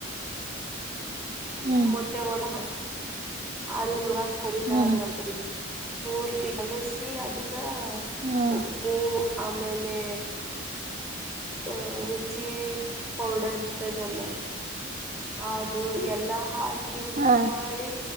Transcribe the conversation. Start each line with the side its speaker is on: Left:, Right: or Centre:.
Right: ಹ್ಮ್
Centre: ಮೊಟ್ಟೆ ಹೊಡದಾಕ್ ಅದು ನೋಡಾಕ್ ಕುರಿತಾದಂಗಕರಿ
Right: ಹ್ಮ್
Centre: ಪೂರ್ತಿ ಕಲಿಸಿ ಅದಕ್ಕ
Right: ಹ್ಮ್
Centre: ಉಪ್ಪು ಆಮೇಲೆ ಅ ರುಚಿ ಪೌಡರ್ ಇರತದಲ್ಲ ಅದು ಎಲ್ಲ ಹಾಕಿ ಮಿಕ್ಸ್
Right: ಹಾ
Centre: ಮಾಡಿ